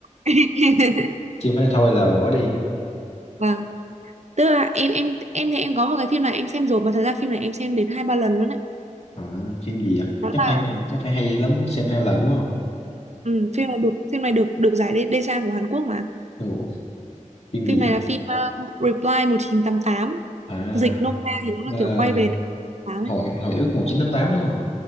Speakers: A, on the right (about 60°); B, on the left (about 50°).
A: <laughs>
B: chứ không phải thôi là bỏ đi
A: vâng tức là em em em thì em có một cái phim này em xem rồi mà thật ra phim này em xem đến hai ba lần luôn đấy
B: À, phim gì ạ?
A: đó
B: Chắc
A: là
B: phải hay, chắc phải hay lắm mới xem hai lần đúng không?
A: ừ, phim này được phim này được được giải đê, đê sang của Hàn Quốc mà
B: Ồ, phim gì
A: phim này
B: ạ?
A: là phim ờ, Reply một chín tám tám,
B: À,
A: dịch nôm na thì nó là
B: ờ,
A: kiểu quay về 88
B: hồi
A: ấy
B: hồi ức một chín tám tám đúng không?